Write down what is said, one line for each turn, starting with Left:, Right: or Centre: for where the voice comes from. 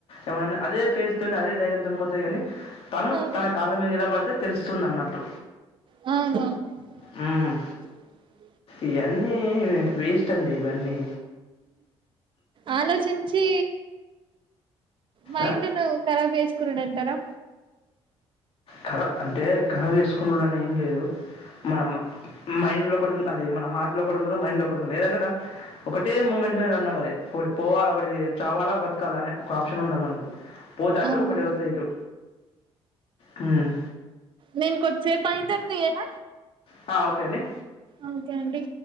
Left: ఏమైనా అదే ఫేస్ తోని అదే ధైర్యం తొని పోతదిగని తను
Right: ఆ
Left: తన కాళ్ల మీద నిలబడితే తెలుస్తుందన్నట్టు.
Right: అవునవును
Left: హ్మ్. ఇయన్నీ వేస్ట్ అండి ఇవన్నీ
Right: ఆలోచించి మైండ్
Left: ఆ!
Right: ను కరాబ్ చేసుకునుడు అంటరా?
Left: కరా అంటే కరాబ్ చేసుకునుడని ఏం లేదు మనం మ మైండ్ లో ఒకటి ఉం అది మన హార్ట్ లో ఒకటి ఉండలి మైండ్ లో ఒకటి ఉండలి ఏదన్న దా ఒకటే మూమెంట్ మీద రన్ అవ్వాలి. ఒకటి పోవా ఒకటి చావాలా బతకాలా అనే ఒక ఆప్షన్ ఉండాలి మనకు. పోతా అటు
Right: అవును
Left: ఒకటి వత్తే ఇటు. హ్మ్
Right: నేన్ కొద్దిసేపు అయింతర్త జేయన?
Left: హా ఒక్ కండి
Right: ఓకే అండి.